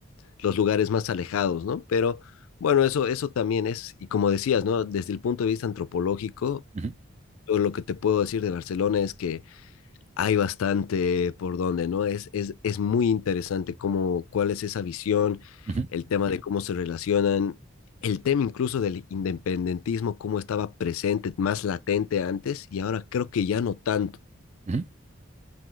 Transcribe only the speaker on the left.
los lugares más alejados, ¿no? Pero bueno, eso, eso también es, y como decías, ¿no? Desde el punto de vista antropológico,
yo lo que te puedo decir de Barcelona es que hay bastante por donde, ¿no? Es, es, es muy interesante cómo, cuál es esa visión,
el tema de cómo se relacionan, el tema incluso del independentismo, cómo estaba presente, más latente antes, y ahora creo que ya no tanto.